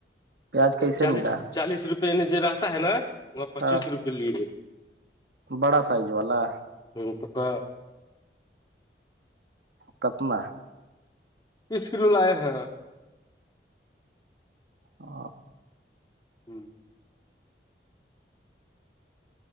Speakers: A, on the right; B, on the left.
A: پیاز کیسے
B: چالیس
A: ملا
B: چالیس روپے جو رہتا ہے نا وہاں پچیس
A: ہاں
B: روپے لی گے
A: بڑا سائز والا
B: جٹ کا
A: کتناہ
B: تیس کلو لائے ہیں
A: ا
B: ہوں